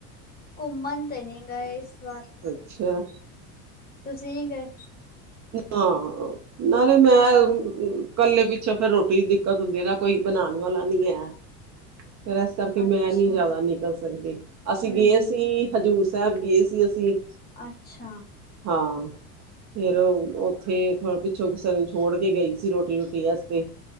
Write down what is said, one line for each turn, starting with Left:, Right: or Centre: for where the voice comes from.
Left: ਘੁੰਮਨ ਤੇ ਨੀ ਗਏ ਇਸ ਵਾਰ।
Right: ਅੱਛਾ
Left: ਤੁਸੀਂ ਨਹੀਂ ਗਏ
Right: ਹਾ। ਨਾਲੇ ਮੈਂ ਕੱਲੇ ਪਿੱਛੋਂ ਫੇਰ ਰੋਟੀ ਦੀ ਦਿੱਕਤ ਹੁੰਦੀ ਏ ਨਾ, ਕੋਈ ਬਣਾਣ ਵਾਲਾ ਨੀ ਹੈ।
Left: <inaudible>
Right: ਫੇਰ ਇਸ ਕਰਕੇ
Left: ਅੱਛਾ
Right: ਮੈਂ ਨੀ ਜਾਦਾ ਨਿਕਲ ਸਕਦੀ, ਅਸੀਂ
Left: ਹਮ
Right: ਗਏ
Left: ਹਮ
Right: ਸੀ ਹਜ਼ੂਰ ਸਾਹਬ ਗਏ ਸੀ ਅਸੀ।
Left: ਅੱਛਾ।
Right: ਹਾਂ। ਫੇਰ ਉਥੇ ਪਿੱਛੋਂ ਕਿਸੇ ਨੂੰ ਛੋੜ ਕੇ ਗਈ ਸੀ, ਰੋਟੀ ਰੁਟੀ ਵਾਸਤੇ।